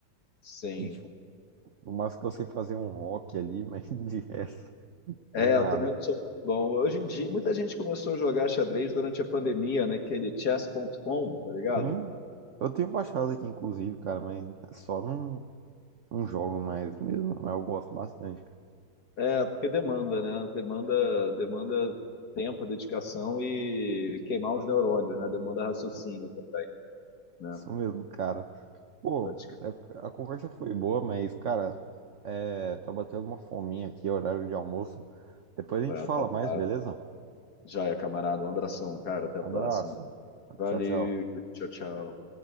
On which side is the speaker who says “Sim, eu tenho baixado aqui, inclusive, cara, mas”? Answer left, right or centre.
Right